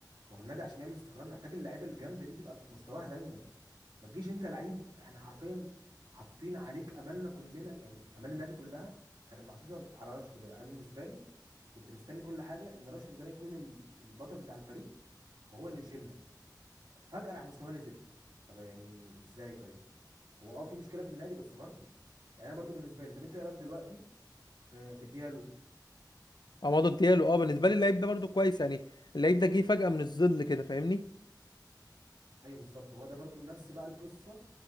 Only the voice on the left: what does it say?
عمادو ديالو اه بالنسبه لي اللعيب ده برضو كويس يعني اللعيب ده جه فجاه من الظل كده فاهمني